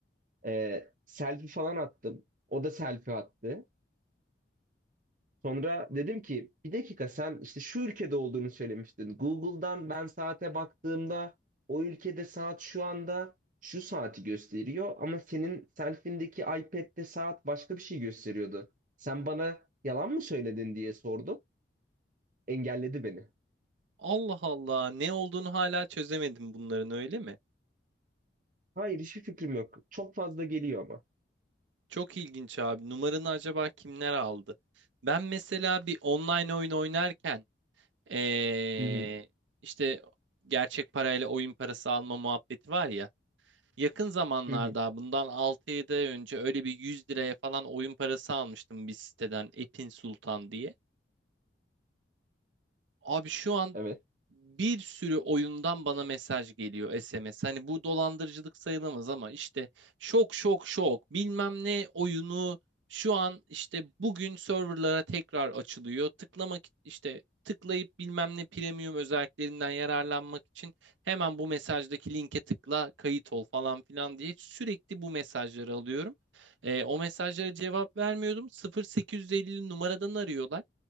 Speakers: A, on the right; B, on the right.
A: Ee, selfie falan attım. O da selfie attı. Sonra dedim ki bir dakika sen işte şu ülkede olduğunu söylemiştin. Google'dan ben saate baktığımda o ülkede saat şu anda şu saati gösteriyor ama senin selfindeki iPad'de saat başka bir şey gösteriyordu. Sen bana yalan mı söyledin diye sordum. Engelledi beni.
B: Allah Allah. Ne olduğunu hala çözemedim bunların öyle mi?
A: Hayır hiçbir fikrim yok. Çok fazla geliyor ama.
B: Çok ilginç abi. Numaranı acaba kimler aldı? Ben mesela bir online oyun oynarken ee,
A: Hı hı.
B: işte gerçek parayla oyun parası alma muhabbeti var ya. Yakın zamanlarda
A: Hı hı.
B: bundan altı yedi ay önce öyle bir 100 liraya falan oyun parası almıştım bir siteden Epin Sultan diye. Abi şu an
A: Evet.
B: bir sürü oyundan bana mesaj geliyor SMS. Hani bu dolandırıcılık sayılamaz ama işte şok şok şok bilmem ne oyunu şu an işte bugün serverlara tekrar açılıyor. Tıklamak işte tıklayıp bilmem ne premium özelliklerinden yararlanmak için hemen bu mesajdaki linke tıkla kayıt ol falan filan diye sürekli bu mesajları alıyorum. Ee, o mesajlara cevap vermiyordum. 0850 numaradan arıyorlar.